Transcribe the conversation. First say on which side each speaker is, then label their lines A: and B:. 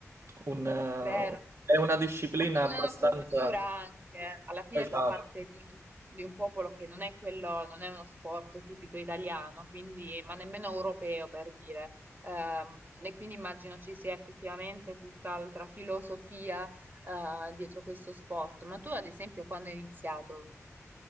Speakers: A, on the right; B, on the right.
A: un, eh,
B: Vero.
A: è una disciplina
B: Immagina
A: abbastanza...
B: la cultura anche, alla fine
A: Esatto.
B: fa parte di un, di un popolo che non è quello, non è uno sport tipico italiano, quindi, ma nemmeno europeo per dire. Ehm, e quindi immagino ci sia effettivamente tutt'altra filosofia, eh, dietro questo sport. Ma tu, ad esempio, quando hai iniziato?